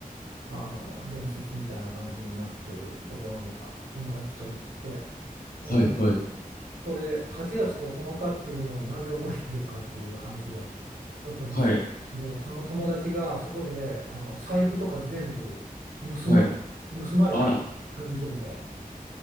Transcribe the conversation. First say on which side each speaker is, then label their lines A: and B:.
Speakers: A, on the right; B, on the left.
A: あの伝説みたいな感じになってるところにまあ友達と行って、うん、
B: はい。はい。
A: それで8月9日っていうのをなぜ覚えているかっていう話がちょっと面白いんですけど、
B: はい。
A: その友達がそこであの財布とか全部盗まれ、
B: はい。
A: 盗まれた会場で。
B: あら。は